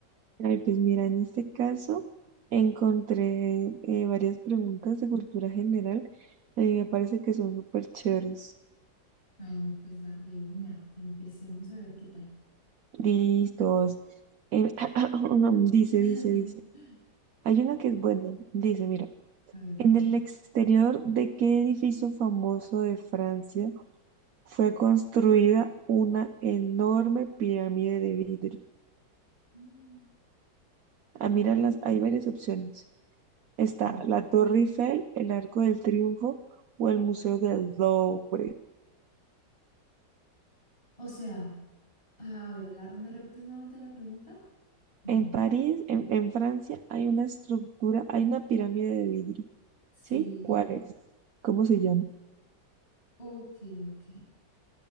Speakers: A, on the right; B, on the left.
A: Ay, pues mira, en este caso encontré eh, varias preguntas de cultura general, eh, me parece que son súper chéveres.
B: Ay, no, pues da, de una. Empecemos a ver qué tal.
A: Listos. Em, <coughs> <clears throat> dice,
B: <laughs>
A: dice, dice. Hay una que es buena. Dice, mira,
B: A ver,
A: ¿en
B: a ver.
A: el exterior de qué edificio famoso de Francia fue construida una enorme pirámide de vidrio?
B: Mm,
A: Ah, mira, las, hay varias opciones. Está
B: Sí.
A: la Torre Eiffel, el Arco del Triunfo o el Museo del Louvre.
B: O sea, a a ver, la- ¿me repites nuevamente la pregunta? Mm,
A: En París, en, en Francia, hay una estructura, hay una pirámide de vidrio.
B: Sí,
A: ¿Sí? ¿Cuál es? ¿Cómo se llama?
B: ok, ok.